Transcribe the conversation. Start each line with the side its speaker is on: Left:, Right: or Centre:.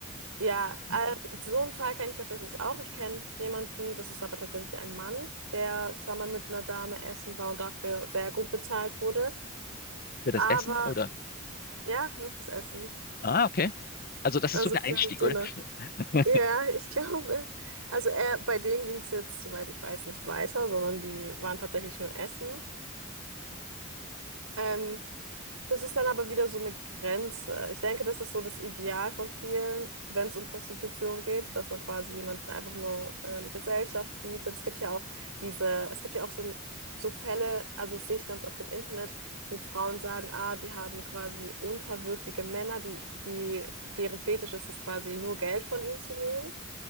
Right: Ja,
Left: nicht
Right: ähm, so einen Fall kenne ich tatsächlich auch. Ich kenne jemanden, das ist aber tatsächlich ein Mann, der schon mal mit einer Dame essen war und dafür sehr gut bezahlt wurde.
Left: für das
Right: Aber
Left: Essen oder?
Right: ja, nur fürs Essen.
Left: Ah, okay. Also das
Right: Also
Left: ist so der
Right: für
Left: Einstieg,
Right: ein Dinner.
Left: oder? <laughs>
Right: Ja, ich <laughs> glaube. Also er, bei denen ging es jetzt, soweit ich weiß, nicht weiter, sondern die waren tatsächlich nur essen. Ähm, Das ist dann aber wieder so eine Grenze. Ich denke, das ist so das Ideal von vielen, wenn es um Prostitution geht, dass man quasi jemanden einfach nur ähm, Gesellschaft bietet. Es gibt ja auch diese, es gibt ja auch so, so Fälle, also das sehe ich ganz oft im Internet, wo Frauen sagen, ah, die haben quasi unterwürfige Männer, die, die, deren Fetisch ist es quasi nur Geld von ihnen zu nehmen.